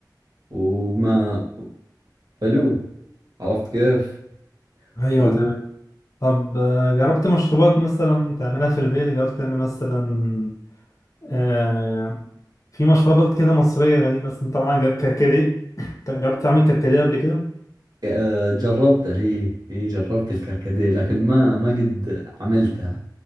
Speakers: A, on the right; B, on the left.
A: وماء حلو عرفت كيف
B: أيوة
A: و...
B: تمام طب آه، جربت مشروبات مثلا تعملها في البيت جربت تعمل مثلا آه في مشروبات كده مصرية غريبة بس انت طبعا جربت كركديه انت <coughs> جربت تعمل كركديه قبل كده؟
A: آه، جربته هي هي جربت الكركديه لكن ما ما قد عملته